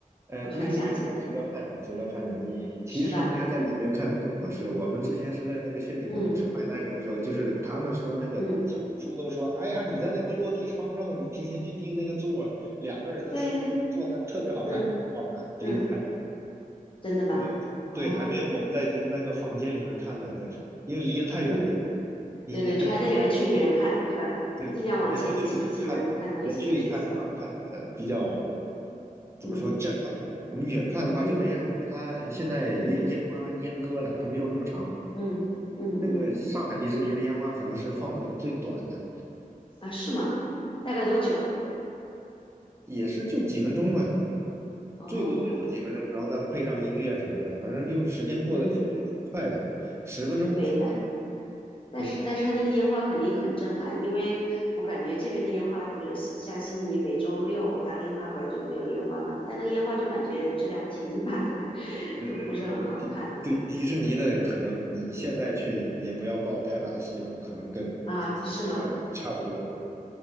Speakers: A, on the right; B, on the left.
A: 呃，
B: 我突然想起来，
A: 迪士尼烟花值得看的，值得看的。你其实应该在里面看更合适。
B: 是吧？
A: 我们之前是在那个炫景楼吃
B: 嗯
A: fine dining 的时候，就是他们说那个小红书都说，
B: 嗯，
A: 哎呀，你在那个落地窗上，你提前去订那个座儿，两个人的、
B: 对对，
A: 四个人的坐那特别好看，
B: 嗯
A: 不好看，离得太远，
B: 嗯，真的吧？
A: 还没有对，
B: 哦，
A: 还没有我们在那个房间里面看的那什么，因为离得太远了。
B: 嗯，
A: 你还是这种东西
B: 对对，就还在园区里面看，对吧？
A: 对，
B: 尽量往前挤一挤，
A: 你在园区里面看，
B: 能看到一些角色。
A: 园区里看的话，看的比较怎么说震撼一点。
B: 嗯
A: 我们远看的话就那样，
B: 嗯
A: 因为它现在烟烟花阉割了，
B: 嗯
A: 它没有那么长。
B: 嗯嗯嗯，
A: 那个上海迪士尼的烟花可能是放的最短的，
B: 啊，是吗？大概多久？
A: 也是就几分钟嘛，
B: 哦，
A: 最多最多几分钟，然后再配上音乐什么的，反正就时间过得其实很快的，
B: 嗯。
A: 十分钟。
B: 对，
A: 十。
B: 但但是但是它那个烟花肯定很震撼，
A: 对，
B: 因为我感觉这边的烟花，比如悉像悉尼每周六 Darling Harbour 就会有烟花嘛，但那个烟花就感觉质量挺一般的，<laughs>
A: 嗯，
B: 就不是很好看
A: 迪对迪士尼的可能你现在去也不要抱太大希望，可能跟
B: 啊，
A: s
B: 是吗？
A: y d n 差不多。